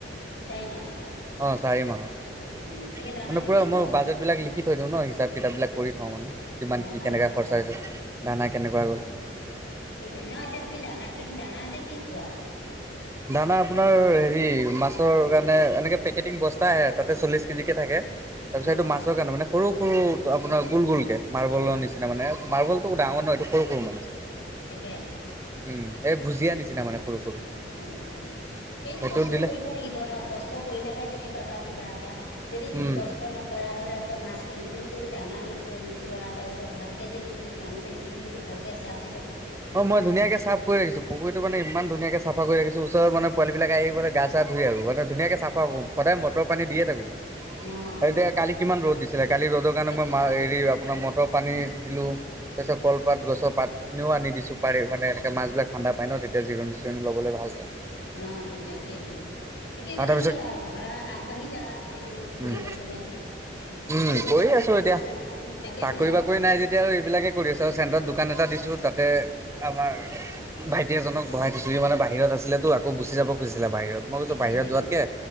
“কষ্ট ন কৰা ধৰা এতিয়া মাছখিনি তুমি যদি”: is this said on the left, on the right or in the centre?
Left